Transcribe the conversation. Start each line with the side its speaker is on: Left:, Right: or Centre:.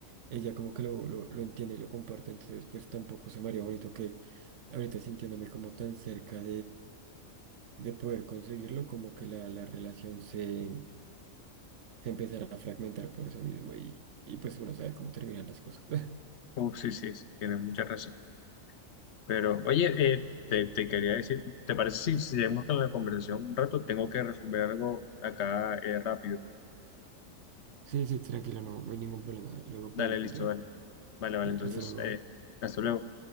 Right: ella como que lo, lo, lo entiende y lo comparte, entonces pues tampoco se me haría bonito que ahorita sintiéndome como tan cerca de poder conseguirlo, como que la, la relación se, se empezará a fragmentar por eso mismo y, y pues uno sabe cómo terminan las cosas. <laughs>
Left: Uf, sí, sí, sí, tienes mucha razón. Pero, oye, eh, te, te quería decir, ¿te parece si si seguimos con la conversación un rato? Tengo que resolver algo acá eh, rápido.
Right: Sí, sí, tranquilo, no, no hay ningún problema. Luego
Left: Dale,
Right: podemos
Left: listo,
Right: continuar.
Left: dale. Vale, vale, entonces,
Right: Hasta luego.
Left: eh, hasta luego.